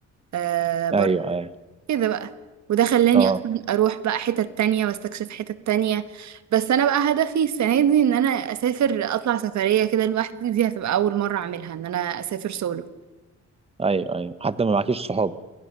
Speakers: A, on the right (about 65°); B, on the right (about 20°).
A: آه
B: أيوه أيوه
A: كده بقى وده خلاني
B: اه
A: اصلا اروح بقى حتت تانية واستكشف حتت تانية بس انا بقى هدفي السنة دي ان انا اسافر اطلع سفرية كده لوحدي دي هتبقى اول مرة اعملها ان انا اسافر سولو
B: أيوه أيوه حتى ما معكيش صحاب